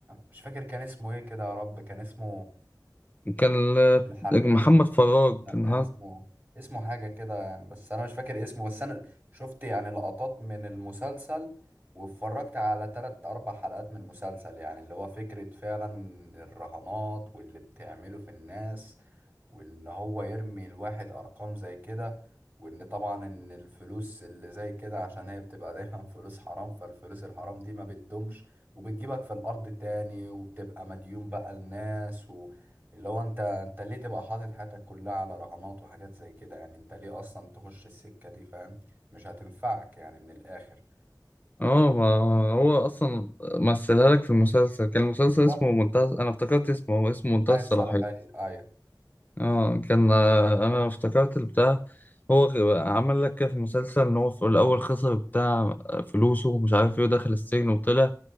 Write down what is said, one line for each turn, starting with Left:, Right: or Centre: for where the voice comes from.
Right: مش فاكر كان اسمه ايه كده يا رب كان اسمه
Left: كان ال-
Right: مش الحريف
Left: محمد فراج
Right: لا
Left: كان
Right: كان اسمه اسمه حاجة كده يعني بس أنا مش فاكر اسمه بس أنا شفت يعني لقطات من المسلسل واتفرجت على تلات أربع حلقات من المسلسل يعني اللي هو فكرة فعلا الرهانات واللي بتعمله في الناس وان هو يرمي الواحد ارقام زي كده وان طبعا ان الفلوس اللي زي كده عشان هي بتبقى دايما <laughs> فلوس حرام فالفلوس الحرام دي ما بتدومش وبتجيبك في الارض تاني وبتبقى مديون بقى الناس و... اللي هو انت انت ليه تبقى حاطط حياتك كلها على رهانات وحاجات زي كده يعني انت ليه اصلا تخش السكة دي فاهم مش هتنفعك يعني من الاخر
Left: اه ما هو اصلا مثلها لك في المسلسل كان المسلسل
Right: فبالظبط
Left: اسمه منتهى انا افتكرت اسمه هو اسمه
Right: منتهي
Left: منتهى الصلاحية
Right: الصلاحية ايوه
Left: اه كان آه، انا افتكرت البتاع هو غ- عمل لك كده في المسلسل ان هو في الاول خسر بتاع فلوسه ومش عارف ايه ودخل السجن وطلع